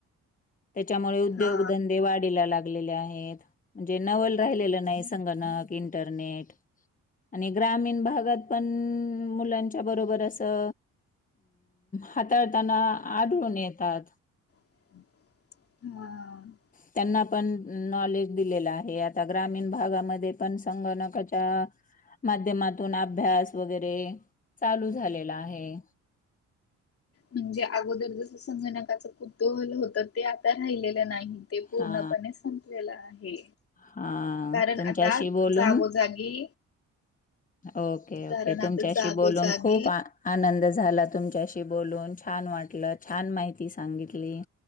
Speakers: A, on the left; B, on the left.
A: त्याच्यामुळे उद्योगधंदे
B: हा
A: वाढीला लाग. आहेत म्हणजे नवल राहिलेलं नाही संगणक इंटरनेट आणि ग्रामीण भागात पण मुलांच्या बरोबर अस अ हाताळताना आढळून येतात
B: ह
A: त्यांना पण नॉलेज दिलेलं आहे आता ग्रामीण भागामध्ये पण संगणकाच्या माध्यमातून अभ्यास वगैरे चालू झालेला आहे
B: म्हणजे अगोदर जसं संगणकाचं कुतूहल होत ते आता राहिलेलं नाही ते पूर्णपणे
A: हा
B: संपलेलं आहे
A: हा
B: कारण
A: तुमच्याशी
B: आता
A: बोलून
B: जागोजागी
A: ओके
B: कारण
A: ओके तुमच्याशी
B: आता जागोजागी
A: बोलून खूप आनंद झाला तुमच्याशी बोलून छान वाटलं छान माहिती सांगितली